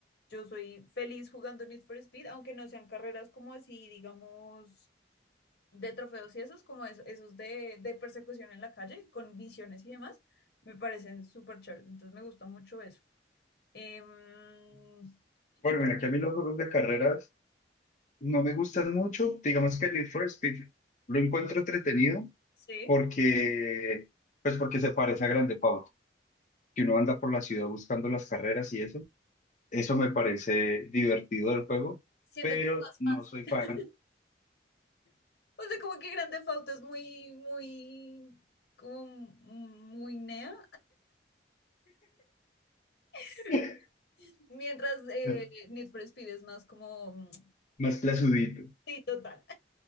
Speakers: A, on the left; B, on the left.
A: Yo soy feliz jugando Need for Speed, aunque no sean carreras como así, digamos de trofeos y esos, como es- esos de, de persecución en la calle, con misiones y demás, me parecen súper chéveres. Entonces me gusta mucho eso. Em, y
B: Bueno,
A: también,
B: mira que a mí los juegos de carreras no me gustan mucho. Digamos que el Need for Speed lo encuentro entretenido
A: sí,
B: porque pues porque se parece a Grand Theft Auto, que uno anda por la ciudad buscando las carreras y eso Eso me parece divertido del juego,
A: siento
B: pero
A: que es más
B: no
A: fancy.
B: soy
A: <laughs>
B: fan.
A: O sea, como que Grand Theft Auto es muy, muy, como muy nea. <laughs>
B: <laughs>
A: Mientras eh,
B: No,
A: Need for Speed es más como... mm,
B: más clasudito.
A: Sí, total.